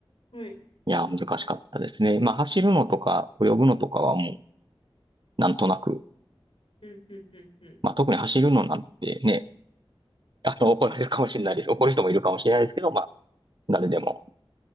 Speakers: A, on the left; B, on the right.
A: うん。はい。
B: いや、難しかったですね。まあ、走るのとか、泳ぐのとかはもう、なんとなく、
A: うん、うん、うん、うん。
B: まあ、特に走るのなんてね、あの、怒られるかもしれないです。怒る人もいるかもしれないですけど、まあ、誰でも